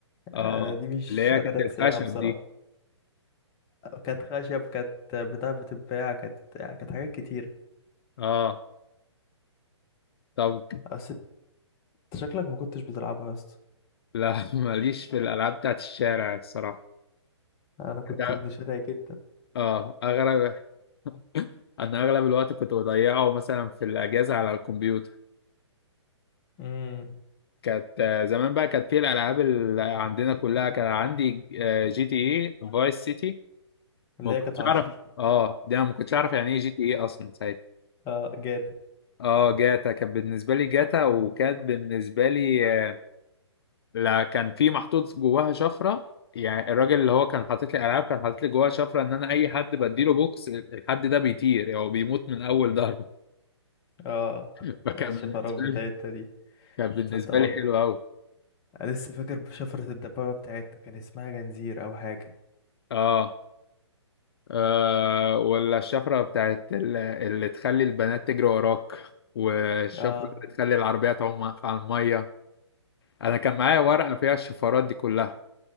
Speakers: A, on the left; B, on the left.
A: آه.
B: آه دي مش
A: اللي هي
B: قادر
A: كانت
B: انساها
A: الخشب
B: بصراحة
A: دي
B: كانت خشب كانت بتاع بتتباع كانت يعني كانت حاجات كتير
A: اه طب
B: بس انت شكلك ما كنتش بتلعبها يا اسطى
A: لا <laughs> ماليش في الالعاب بتاعت الشارع الصراحه
B: انا كنت
A: ده-
B: ابن شارع جدا
A: اه اغرب <laughs> انا اغلب الوقت كنت بضيعه مثلا في الاجازه على الكمبيوتر
B: امم
A: كانت آه، زمان بقى كانت في الالعاب اللي عندنا كلها كان عندي آه، جي تي اي فايس سيتي
B: اللي
A: ما
B: هي
A: كنتش
B: كانت عشر
A: اعرف اه دي انا ما كنتش اعرف يعني ايه جي تي اي اصلا ساعتها
B: اه جاتا
A: اه جاتا كانت بالنسبه لي جاتا وكانت بالنسبه لي آه، لا كان في محطوط جواها شفره يعني الراجل اللي هو كان حاطط لي العاب كان حاطط لي جواها شفره ان انا اي حد بديله بوكس الحد ده بيطير او يعني بيموت من اول ضربه
B: اه
A: <laughs> فكان
B: الشفرات
A: بالنسبه
B: بتاعتها
A: لي
B: دي
A: كان بالنسبه
B: تصدق والله
A: لي حلو قوي
B: انا لسه فاكر شفرة الدبابة بتاعتها كان اسمها جنزير او حاجة
A: اه آه، ولا الشفرة بتاعت ال- اللي تخلي البنات تجري وراك والشفرة
B: اه
A: اللي تخلي العربية تعوم على المية أنا كان معايا ورقة
B: آه.
A: فيها الشفرات دي كلها